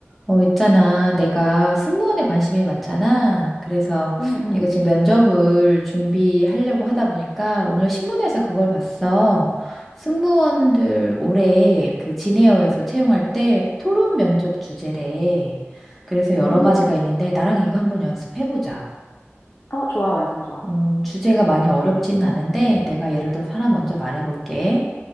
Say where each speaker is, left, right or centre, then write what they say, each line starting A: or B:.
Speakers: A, in the centre; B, on the left (about 55°).
A: 어, 있잖아. 내가 승무원에 관심이 많잖아. 그래서
B: 응, 응.
A: 이거 지금 면접을 준비하려고 하다 보니까 오늘 신문에서 그걸 봤어. 승무원들 올해 그 진에어에서 채용할 때 토론 면접 주제래. 그래서
B: 음.
A: 여러 가지가 있는데 나랑 이거 한번 연습해보자.
B: 어, 좋아, 완전 좋아.
A: 어 주제가 많이 어렵진 않은데 내가 예를 들어서 하나 먼저 말해볼게.